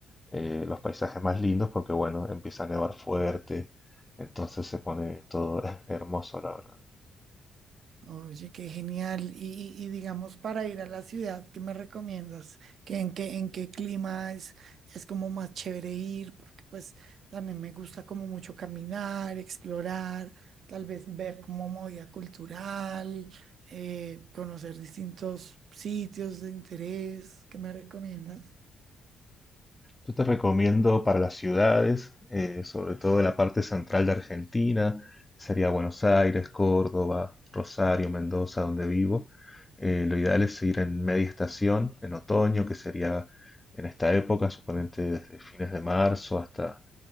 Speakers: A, on the left; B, on the right.
A: eh, los paisajes más lindos porque bueno, empieza a nevar fuerte, entonces se pone todo <laughs> hermoso, la verdad.
B: Oye, qué genial. Y, y- y digamos, para ir a la ciudad, ¿qué me recomiendas? ¿Qué, en qué, en qué clima es, es como más chévere ir? Porque pues también me gusta como mucho caminar, explorar, tal vez ver como movida cultural, eh, conocer distintos sitios de interés. ¿Qué me recomiendas?
A: Yo te recomiendo para las ciudades, eh, sobre todo en la parte central de Argentina, sería Buenos Aires, Córdoba, Rosario, Mendoza, donde vivo. Eh, lo ideal es ir en media estación, en otoño, que sería en esta época, suponete desde fines de marzo hasta,